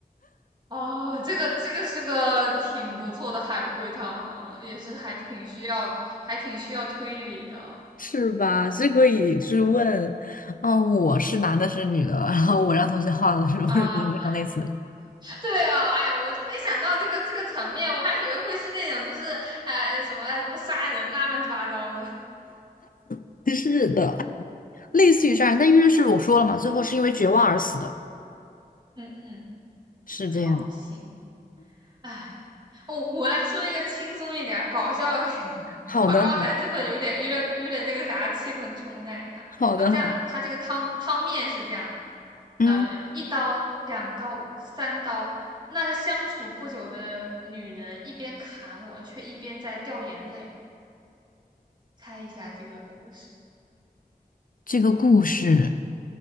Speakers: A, on the right; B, on the left.
A: 哦，这个这个是个挺不错的海龟汤啊也是还挺需要，还挺需要推理的
B: 是吧？是可以，就是问，哦，我是男的，是女的，然后我让同学画了，是不是这样类似的？
A: 啊。对哦，哎呀，我就没想到这个这个层面，我还以为会是那种就是哎什么哎什么杀人啊，乱七八糟的。
B: <laughs> 是的，类似于这样，
A: <laughs>
B: 那因为是我说了嘛，最后是因为绝望而死的，
A: 嗯嗯，
B: 是这样。
A: 好，行。哎，我我来说一个轻松一点儿、搞笑一点的，<laughs>
B: 好的，
A: 把刚才这份有点、有点、有点那个啥气氛冲淡一下啊。
B: 好的，
A: 这样子，
B: 好的。
A: 它这个汤汤面是这样的
B: 嗯，
A: 呃，一刀、两刀、三刀，那个相处不久的女人一边砍我，却一边在掉眼泪。猜一下这个故事？
B: 这个故事